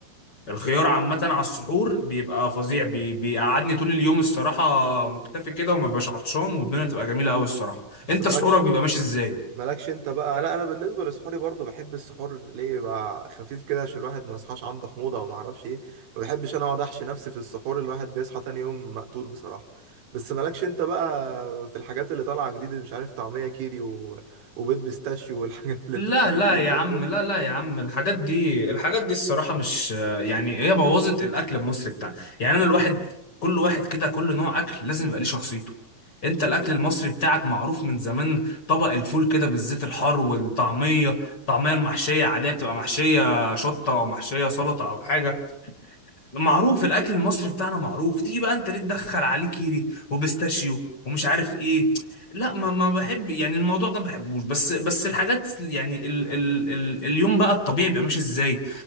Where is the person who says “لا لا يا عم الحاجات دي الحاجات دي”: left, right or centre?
Left